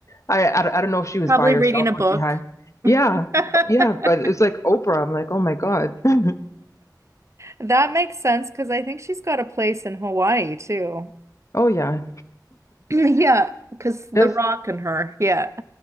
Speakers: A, on the left; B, on the right.
A: I, I, don't- I don't know if she was
B: Probably
A: by herself
B: reading a book.
A: or she had.
B: <laughs>
A: Yeah, yeah, but it's like Oprah. I'm like, oh my God. <laughs>
B: That makes sense because I think she's got a place in Hawaii too.
A: Oh yeah.
B: <clears throat> Yeah, because The
A: Yes.
B: Rock and her. Yeah. <laughs>